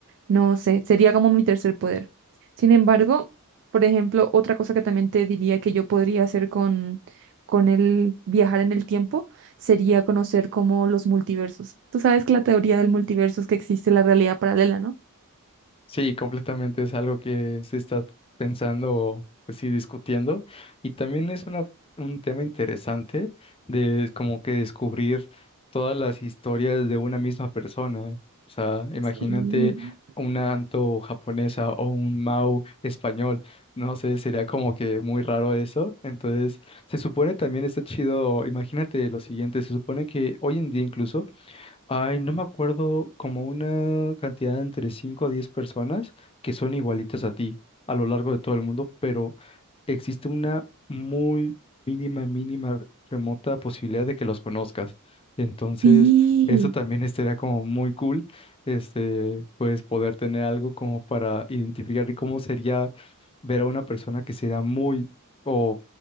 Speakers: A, on the right (about 55°); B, on the left (about 25°).
A: no sé, sería como mi tercer poder. Sin embargo, por ejemplo, otra cosa que también te diría que yo podría hacer con, con el viajar en el tiempo sería conocer como los multiversos. Tú sabes que la teoría del multiverso es que existe la realidad paralela, ¿no?
B: Sí, completamente es algo que se está pensando o pues sí discutiendo y también es una, un tema interesante de como que descubrir todas las historias de una misma persona. O sea, imagínate
A: Sí.
B: una Anto japonesa o un Mau español, no sé, sería como que muy raro eso. Entonces, se supone también está chido, imagínate lo siguiente, se supone que hoy en día incluso Ay, no me acuerdo, como una cantidad de entre 5 a 10 personas que son igualitas a ti a lo largo de todo el mundo, pero existe una muy mínima, mínima, remota posibilidad de que los conozcas. Entonces,
A: Sí.
B: eso también estaría como muy cool, este, pues poder tener algo como para identificar y cómo sería ver a una persona que sea muy o